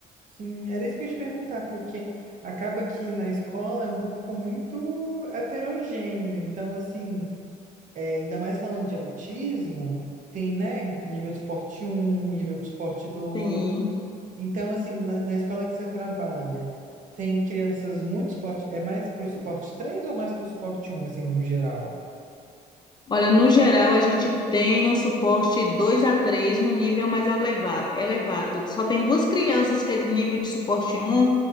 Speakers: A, on the right; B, on the left.
A: Sim, era isso que eu ia te perguntar, porque acaba que na escola é um público muito heterogêneo. Então, assim, é, ainda mais falando de autismo, tem, né, nível de suporte um nível de suporte 2.
B: Sim.
A: Então, assim, na, na escola que você trabalha, tem crianças muito suporte. É mais pro suporte 3 ou mais pro suporte um assim, no geral?
B: Olha, no geral, a gente tem um suporte 2 a 3 no nível mais eleva- elevado. Só tem duas crianças que é de nível de suporte um,